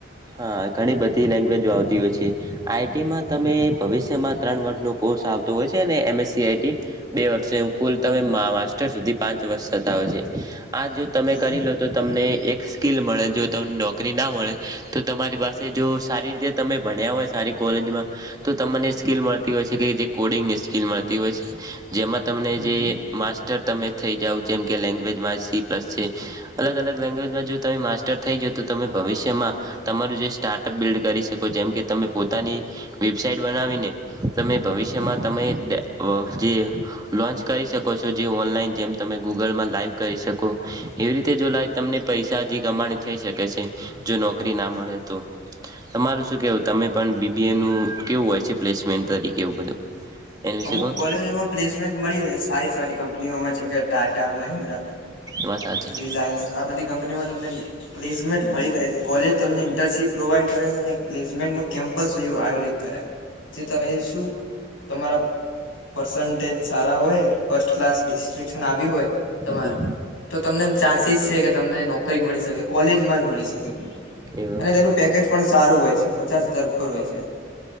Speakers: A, on the right; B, on the left.
A: હા, ઘણી બધી લેંગ્વેજો આવતી હોય છે આઈટીમાં તમે ભવિષ્યમાં ત્રણ વર્ષનો કોર્સ આવતો હોય છે અને એમ એસસીઆઈટી બે વર્ષ કુલ તમે માર સુધી પાંચ વર્ષ થતા હોય છે. આ જો તમે
B: કે હમ
A: કરી લો તો તમને એક સ્કીલ મળે જો તમને નોકરી ના મળે તો તમારી પાસે જો સારી રીતે તમે ભણ્યા હોય સારી કોલેજમાં તો તમને સ્કીલ મળતી હોય છે કે જે કોડિંગની સ્કીલ મળતી હોય છે. જેમાં તમને જે
B: હમ
A: માસ્ટર તમે થઈ જાઓ જેમ કે લેંગ્વેજમાં સી પ્લસ છે. અલગ અલગ લેંગવેજમાં જો તમે માસ્ટર થઈ જવ તો તમે ભવિષ્યમાં તમારું જે સ્ટાર્ટઅપ બિલ્ડ કરી શકો જેમ કે તમે પોતાની વેબસાાઈટ બનાવીને તમે ભવિષ્યમાં
B: હમ
A: તમે જે લોન્ચ કરી શકો છો જે ઓનલાઈન જેમ તમે ગૂગલમાં લાઈવ કરી શકો. એવી રીતે જો લ તમને પૈસા હજી કમાણી થઈ શકે છે જો નોકરી ના મળે તો. તમારું શું કેહેવું તમે પણ બીબીએનું કેવું હોય છે પ્લેસમેન્ટ તરીકે એવું બધું એના વિશે
B: અમુક
A: કોણ
B: કોલેજોમાં પ્લેસમેન્ટ મળી રહે સારી સારી કંપનીઓમાં જેમ કે ટાટા મહેન્દ્ર
A: વાત સાચી
B: રિલાયન્સ આ બધી કંપનીમાં તમને પ્લેસમેન્ટ મળી રહે છે કોલેજ તમને ઇન્ટર્નશીપ પ્રોવાઈડ કરે છે અને પ્લેસમેન્ટનું કેમ્પસ આયોજિત કરે. જે તમે શું તમારા પરસનટેજ સારા હોય ફર્સ્ટ ક્લાસ ડિસ્ટ્રશન આવી હોય તમારે
A: હમ
B: તો તમને ચાન્સીસ છે કે તમને નોકરી મળી શકે કોલેજમાં જ મળી શકે.
A: એવ
B: અને તેનું પેકેજ પણ સારું હોય છે પચાસ હજાર ઉપર હોય છે.